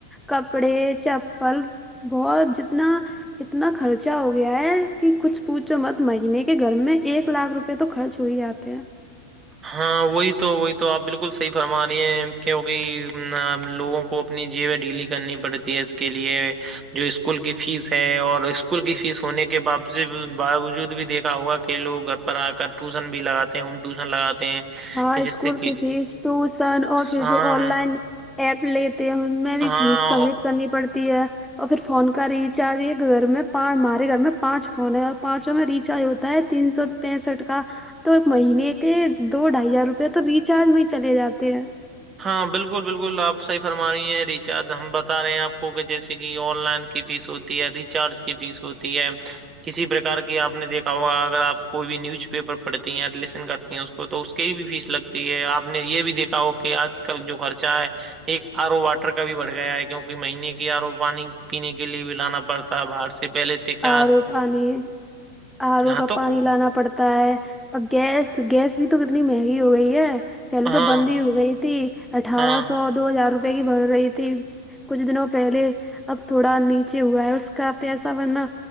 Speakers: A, in the centre; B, on the right (about 25°).
A: کپڑے چپل بہت جتنا اتنا خرچا ہو گیا ہے کہ کچھ پوچھ تو مت مہینے کے گھر میں ایک لاکھ روپئے پہ تو خرچ ہو ہی جاتے ہیں
B: ہاں وہی تو وہی تو آپ بالکل صحیح فرما رہی ہیں کیونکہ لوگوں کو اپنی جی ڈیلی کرنی پڑتی ہے اس کے لیے جو اسکول کی فیس ہے اور اسکول کی فیس ہونے کے با باوجود بھی دیکھا ہوا کہ لوگ گھر پر آ کر ٹیوشن بھی لگاتے ہیں ٹیوشن لگاتے ہیں
A: ہاں
B: کہ
A: اسکول
B: جس سے کہ
A: کی فیس ٹیوشن اور پھر
B: ہاں
A: جو آن لائن ایپ لیتے ہیں ان میں بھی
B: ہاں
A: فیس سبمٹ کرنی پڑتی ہے اور پھر فون کا ریچارج یہ گھر میںچ ہمارے گھر میں پانچ فون ہے اور پانچوں میں ریچارج ہوتا ہے تین سو پینسٹھ کا تو ایک مہینے کے دو ڈھائی ہزار روپے تو ریچارج میں چلے جاتے ہیں
B: ہاں بالکل بالکل آپ صحیح فرما رہی ہیں ریچارج ہم بتا رہے ہیں آپ کو کہ جیسے کہ آن لائن کی فیس ہوتی ہے ریچارج کی فیس ہوتی ہے کسی پرک کی آپ نے دیکھا ہوگا اگر آپ کوئی بھی نیوز پیپر پڑھتے ہیں لسن کرتی ہیں کو تو اس کے ہی بھی فیس لگتی ہے آپ نے یہ بھی دیکھا ہو کہ آج کل جو خرچہ ہے ایک آر او واٹر کا بھی بڑھ گیا ہے کیونکہ مہینے کے آر او پانی پینے کے لیے بھی لانا پڑتا باہر سے پہلے تھے کیا
A: آر او پانی آر
B: ہاں
A: او کا
B: تو
A: پانی لانا پڑتا ہوتا ہے اور گیس گیس بھی تو کتنی مہنگی ہو گئی ہے پہلے
B: ہاں
A: تو بند ہی ہو گئی تھی اٹھارہ
B: ہاں
A: سو دو ہزار روپئے کی بڑ رہی تھی کچھ دنوں پہلے اب تھوڑا نیچے ہوا ہے اس کا پیسا بننا